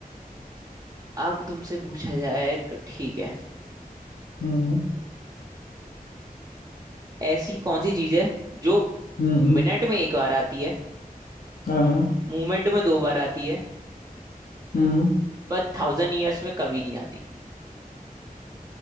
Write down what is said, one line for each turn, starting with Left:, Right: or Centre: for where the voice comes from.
Right: अब तुमसे पूछा जाए तो ठीक है
Left: हम्म
Right: ऐसी कौन सी चीज है जो
Left: हम्म हम्म, हम्म,
Right: मिनट में एक बार आती है
Left: हाँ हाँ
Right: मूवमेंट में दो बार आती है
Left: हम्म
Right: पर थाउजेंड ईयर्स में कभी नहीं आती